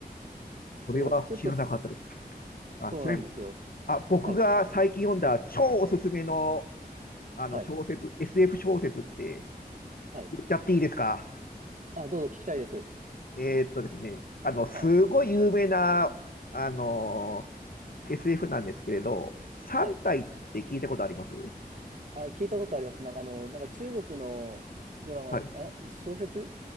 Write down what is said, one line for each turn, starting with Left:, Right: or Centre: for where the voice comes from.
Right: そうです。
Left: それは知らなかったです。
Right: ちょっと、そ
Left: あ、
Right: そうなんですよ。
Left: ちなみに、あ、僕が最近読んだ超おすすめの、
Right: はい、
Left: あの小説、
Right: はい、
Left: SF 小説って
Right: はい。
Left: 言っちゃっていいですか。
Right: あ、どうぞ聞きたいです。
Left: えーっとですね、あの、
Right: はい。
Left: すごい有名な、あの SF なんですけれど、三体って聞いたことあります
Right: はい。あ、聞いたことあります。なんか、あの、なんか中国のドラマ、
Left: はい。
Right: あ、小説